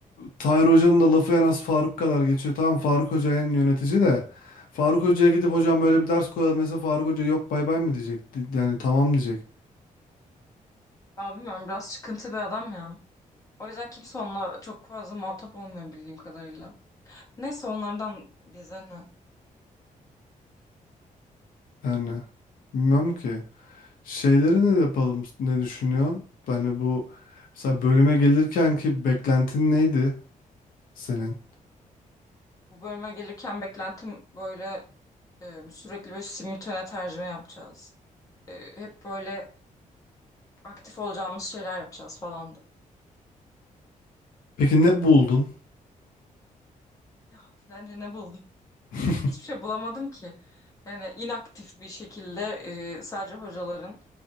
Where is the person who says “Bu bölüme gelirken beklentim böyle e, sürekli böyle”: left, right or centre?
Left